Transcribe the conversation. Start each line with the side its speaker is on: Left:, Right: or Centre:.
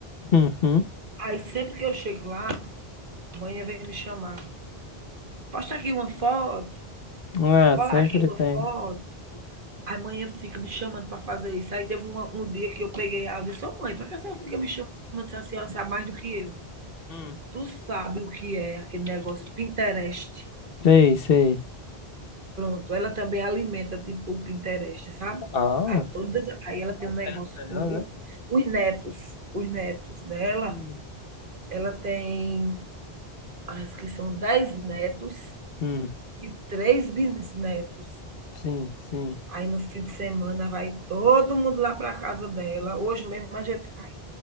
Left: Uhum.
Right: Aí sempre que eu chego lá, manhã vem me chamar. Posta aqui uma foto,
Left: Ah,
Right: cola
Left: sempre
Right: aqui uma
Left: tem.
Right: foto. Aí manhã fica me chamando para fazer isso. Aí teve uma- um dia que eu peguei áudio e disse, ô mãe, por que a senhora fica me chamando se a senhora sabe mais do que eu?
Left: Hum.
Right: Tu sabe o que é aquele negócio Pinterest?
Left: Sei, sei.
Right: Pronto, ela também alimenta tipo o Pinterest, sabe.
Left: Uau.
Right: Aí todas aí ela tem
Left: Moderna
Right: um negócio
Left: ela,
Right: com o
Left: né?
Right: os netos, os netos dela,
Left: Sim.
Right: ela tem parece que são 10 netos
Left: Hum,
Right: e 3 bisnetos.
Left: sim, sim.
Right: Aí no fim de semana vai todo mundo lá pra casa dela, hoje mesmo a gente vai.